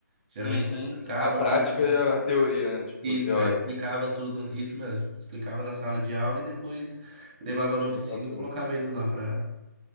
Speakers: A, on the right; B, on the left.
A: Geralmente
B: Uhum.
A: eu explicava
B: A prática
A: tudo, né?
B: e a teoria, né? Tipo,
A: Isso,
B: teórica.
A: é, explicava tudo, isso mesmo. Explicava na sala de aula e depois levava na oficina
B: E pra prática.
A: e colocava eles lá pra,